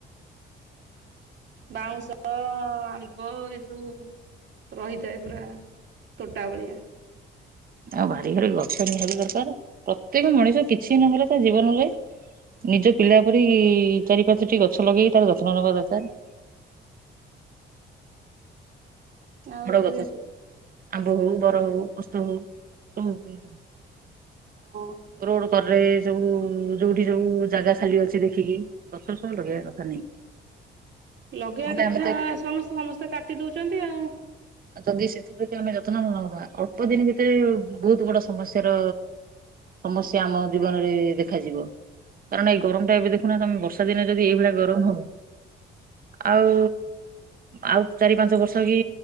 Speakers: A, on the right; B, on the right.
A: ବାଉଁଶ ଆମ୍ୱ ଏସବୁ ରହିଥାଏ ପୁରା ତୋଟା ଭଳିଆ।
B: ଆଉ ବାରିଘରେ ଗଛ ନିହାତି ଦରକାର। ପ୍ରତ୍ୟେକ ମଣିଷ କିଛି ନହେଲେ ତା ଜୀବନରେ ନିଜ ପିଲା ପରି ଚାରି ପାଞ୍ଚଟି ଗଛ ଲଗେଇ ତାର ଯତ୍ନ ନେବା ଦରକାର।
A: <inaudible> ଆଉ
B: ବଡ ଗଛ
A: ଏ।
B: ସବୁ ଆମ୍ବ ହଉ ବର ହଉ ଓସ୍ତ ହଉ ସବୁ
A: ହଁ
B: ରୋଡ। ଘରେ ସବୁ ଯୋଉଠି ସବୁ ଜାଗା ଖାଲି ଅଛି ଦେଖିକି ଗଛ ସବୁ ଲଗେଇବା କଥା ନେଇକି।
A: ଲଗେଇବା
B: ନହେଲେ
A: କଥା
B: ଆମେ ତ ଖ
A: ସମସ୍ତେ ସମସ୍ତେ କାଟି ଦଉଛନ୍ତି ଆଉ।
B: ଆଉ ଯଦି ସେଥିପ୍ରତି ଆମେ ଯତ୍ନ ନ ନବା ଅଳ୍ପ ଦିନ ଭିତରେ ବହୁତ ବଡ ସମସ୍ୟାର ସମସ୍ୟା ଆମ ଜୀବନରେ ଦେଖାଯିବ। କାରଣ ଏଇ ଗରମଟା ଏବେ ଦେଖୁନ ତମେ ବର୍ଷା ଦିନେ ଯଦି ଏଇଭଳିଆ ଗରମ ହବ। ଆଉ ଆଉ ଚାରି ପାଞ୍ଚ ବର୍ଷ କି